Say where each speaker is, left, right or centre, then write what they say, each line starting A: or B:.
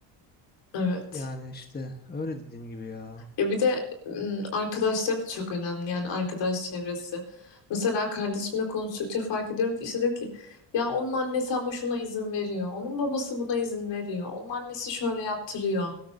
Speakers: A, on the left (about 70°); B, on the left (about 20°).
A: Evet.
B: Yani işte öyle dediğim gibi ya.
A: Ya bir de ım, arkadaşları da çok önemli yani arkadaş çevresi. Mesela kardeşimle konuştukça fark ediyorum ki işte diyor ki ya onun annesi ama şuna izin veriyor. Onun babası buna izin veriyor. Onun annesi şöyle yaptırıyor.